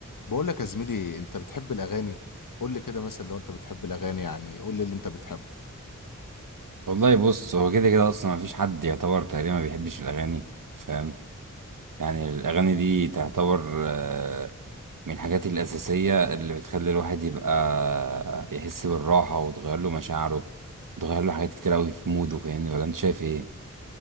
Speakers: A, on the left; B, on the right.
A: بقول لك يا زميلي انت بتحب الاغاني قول لي كده مثلا لو انت بتحب الاغاني يعني قول لي اللي انت بتحبه
B: والله بص هو كده كده اصلا ما فيش حد يعتبر تقريبا ما بيحبش الاغاني فاهم يعني الاغاني دي تعتبر آه، من الحاجات الاساسيه اللي بتخلي الواحد يبقى يحس بالراحه وتغير له مشاعره تغير له حاجات كتير قوي في موده فاهمني ولا انت شايف ايه